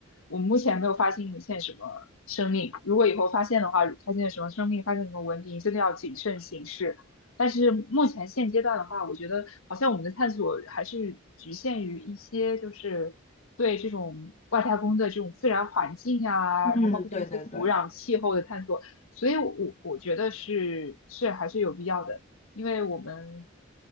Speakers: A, on the left; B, on the left.
A: 我们目前没有发现什么生命。如果以后发现的话，发现什么生命，发现什么文明，真的要谨慎行事。但是目前现阶段的话，我觉得好像我们的探索还是局限于一些，就是对这种外太空的这种自然环境啊，
B: 嗯，
A: 然后包括它的一些土壤、
B: 对对对。
A: 气候的探索。所以我，我觉得是是还是有必要的。因为我们，